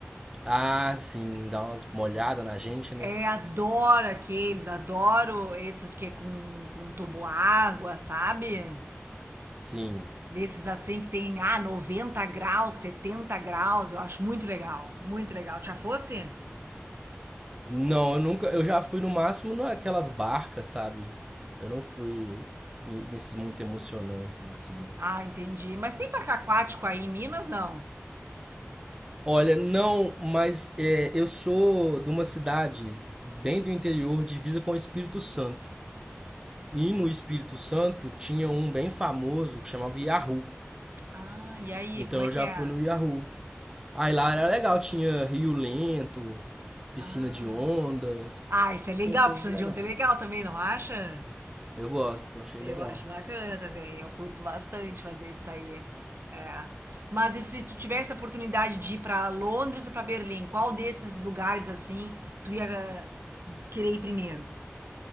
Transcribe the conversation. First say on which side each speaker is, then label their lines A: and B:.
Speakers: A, on the right; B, on the right.
A: Ah, sim, dá umas molhadas na gente, né?
B: É, adoro aqueles, adoro esses que é com, com água sabe?
A: Sim.
B: Desses assim que tem, ah, 90 graus, 70 graus, eu acho muito legal, muito legal. Já fosse?
A: Não, eu nunca. Eu já fui no máximo naquelas barcas, sabe? Eu não fui em- nesses muito emocionantes, assim, não.
B: Ah, entendi. Mas tem parque aquático aí em Minas, não?
A: Olha, não, mas é, eu sou de uma cidade bem do interior, divisa com o Espírito Santo. E no Espírito Santo tinha um bem famoso que chamava Yahoo.
B: Ah, e aí,
A: Então
B: como é
A: eu
B: que
A: já
B: é?
A: fui no Yahoo. Aí lá era legal, tinha rio lento, piscina
B: Ah,
A: de ondas,
B: ah, isso é legal,
A: tinha coisas
B: precisando
A: legais.
B: de um ter legal também, não acha?
A: Eu gosto, achei
B: Eu
A: legal.
B: acho bacana também, eu curto bastante fazer isso aí. É. Mas e se tu tivesse a oportunidade de ir para Londres e para Berlim, qual desses lugares assim tu ia eh, querer ir primeiro?